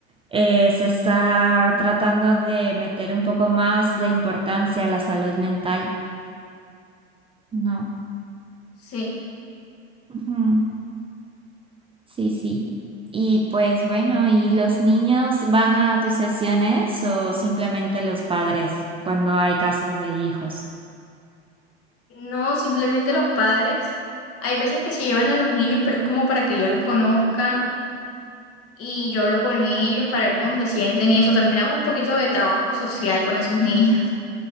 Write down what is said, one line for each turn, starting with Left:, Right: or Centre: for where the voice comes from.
Right: eh, se está tratando de meter un poco más de importancia a la salud mental, ¿no?
Left: Sí.
Right: Ujú. Sí, sí. Y pues bueno, ¿y los niños van a tus sesiones o simplemente los padres cuando hay casos de hijos?
Left: No, simplemente los padres. Hay veces que se llevan a los niños, pero es como para que yo los conozca y yo hablo con ellos para ver cómo se sienten y eso. También hago un poquito de trabajo social con esos niños,